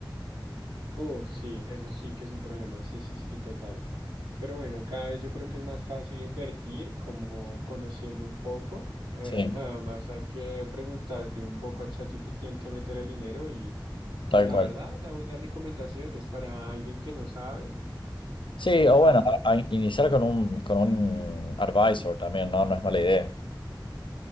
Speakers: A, on the right; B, on the left.
A: Oh, sí, eso sí que es un problema, sí, sí, sí, total. Pero bueno, cada vez yo creo que es más fácil invertir, como conociendo un poco. Eh,
B: Sí,
A: <laughs> nada más hay que preguntarle un poco a ChatGPT en qué meter el dinero y
B: tal
A: Pues la
B: cual.
A: verdad, da buenas recomendaciones. Para alguien que no sabe,
B: Sí,
A: da
B: o bueno,
A: buenas recomendaciones.
B: a- a iniciar con un, con un advisor también, ¿no? No es mala idea.